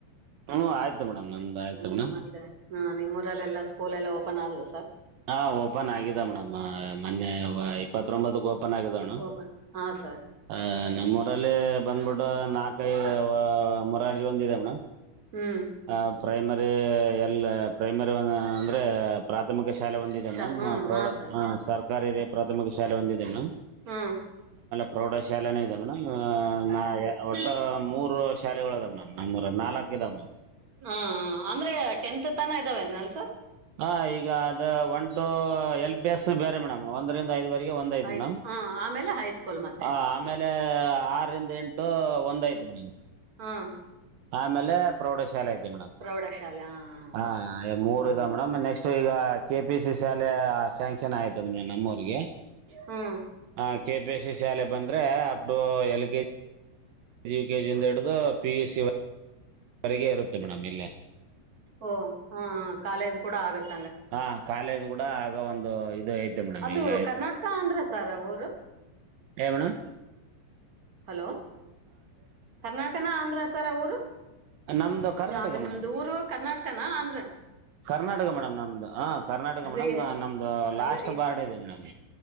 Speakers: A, on the right; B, on the right.
A: ಹ್ಮ್ ಆಯ್ತು ಮೇಡಮ್, ನಮ್ದು ಆಯ್ತು
B: ಹ್ಮ್
A: ಮೇಡಮ್
B: ಮತ್ತೆ ಹ್ಮ ನಿಮ್ಮೂಊರಲ್ಲೆಲ್ಲಾ ಸ್ಕೂಲ್ ಎಲ್ಲ ಓಪನ್ ಆದ್ವಾ ಸರ್.
A: ಹಾ ಓಪನ್ ಆಗಿದೆ ಮೇಡಮ್ ಮೊನ್ನೆ ಇಪ್ಪತ್ತೊಂಬತ್ತುಕೆ ಓಪನ್ ಆಗಿದೆ ಮೇಡಂ
B: ಓಪನ್ ಹಾ ಸರ್
A: ಆ ನಮ್ಮೂರಲ್ಲಿ. ಬಂದ್ಬಿಟ್ಟು ನಾಲ್ಕು ಮುರಾಜಿ ಒಂದ್ ಇದೆ ಮೇಡಮ್
B: ಹ್ಮ್
A: ಹಾ ಪ್ರೈಮರಿ. ಎಲ್ಲ ಪ್ರೈಮರಿ ಅವನ ಅಂದ್ರೆ ಪ್ರಾಥಮಿಕ ಶಿ ಶಾಲೆ ಒಂದಿದೆ
B: ಶ
A: ಮೇಡಮ್
B: ಹ್ಮ್
A: ಪ್ರೌಢ
B: ಹಾ ಸರ್
A: ಸರ್ಕಾರಿ ಹಿರಿಯ ಪ್ರಾಥಮಿಕ ಶಾಲೆ ಒಂದಿದೆ ಮೇಡಂ.
B: ಹ್ಮ
A: ಪ್ರೌಢಶಾಲೆನೂ ಇದೆ ಮೇಡಮ್, ಆ ನಾಳೆಗೆ ಒಟ್ಟು ಮೂರು ಶಾಲೆಗಳು ಅದಾವ್ ಮಾಮ್ ನಮ್ಮೂರ ನಾಲ್ಕು ಇದಾವೆ ಮೇ
B: ಹಾ ಅಂದ್ರೆ ಟೆಂತ್ ತನ ಇದ್ದಾವೆಂದಲ್ಸರ್.
A: ಹ ಈಗ ಅದು one two L P S ಬೇರೆ ಮೇಡಮ್ ಒಂದರಿಂದ ಐವತ್ತು ಇದು ಒಂದ್ ಆಯ್ತು
B: ಐದು
A: ಮೇಡಮ್
B: ಹ ಆಮೇಲೆ ಹೈಸ್ಕೂಲ್ ಮತ್ತೆ
A: ಹ ಆಮೇಲೆ, ಆರಿಂದ ಎಂಟು ಒಂದಾಯ್ತು ಮ್ಮಮ್ಮಿಂಗ್.
B: ಹಾಂ
A: ಆಮೇಲೆ ಪ್ರೌಢಶಾಲೆ ಐತಿ ಮೇಡಮ್
B: ಪ್ರೌಢಶಾಲೆ ಹಾ ಅದೇ
A: ಹ ಮೂರ್
B: ಹ್ಮ್
A: ಇದೆ ಮೇಡಮ್ ನೆಕ್ಸ್ಟ್ ಕೆಪಿ ಸಿ ಶಾಲೆ ಸ್ಯಾಂಕ್ಷನ್ ಆಗೈತೆ ಮೇಡ್ಂ ನಮ್ಮೂರಿಗೆ.
B: ಹಾ
A: ಹಾಂ ಕೆ ಪಿ ಎಸ್ ಸಿ ಶಾಲೆ ಬಂದರೆ ಅದು ಎಲ್ ಕೆ ಜಿ ಯುಕೆಜಿಯಿಂದ ಹಿಡ್ದು ಪಿ ಯು ಸಿವರೆಗೆ ಇರುತ್ತೆ ಮೇಡಮ್ ಇಲ್ಲೇ.
B: ಓ ಹಾ ಕಾಲೇಜ್ ಕೂಡ ಆಗತ್ತೆ
A: ಹಾ ಕಾಲೇಜ್ ಕೂಡ ಆಗ ಒಂದು ಇದು ಐತೆ ಮೇಡಮ್
B: ಅದು
A: ಈಗ
B: ಕರ್ನಾಟಕ ಅಂದರ ಸಸರ್ ಊರು
A: ಏನ್ ಮ್ಯಾಡಮ್
B: ಹಲೋ ಕರ್ನಾಟನ ಆಂಧ್ರ ಸರ್ ಅವರು
A: ನಮ್ದು ಕರ್ನಾಟಕ
B: ಅದು ನಿಮ್ದ
A: ಮೇಡಮ್
B: ಊರು ಕರ್ನಾಟಕನ ಅಂದ್ರ
A: ಕರ್ನಾಟಕ ಮೇಡಮ್ ನಮ್ದು ಹ ಕರ್ನಾಟಕ
B: ಅದೇ
A: ಮೇಡಮ್ ನಮ್ದು ಲಾಸ್ಟ್
B: ಅದೇ
A: ಬಾರ್ಡ ಇದೆ ಮೇಡಮ್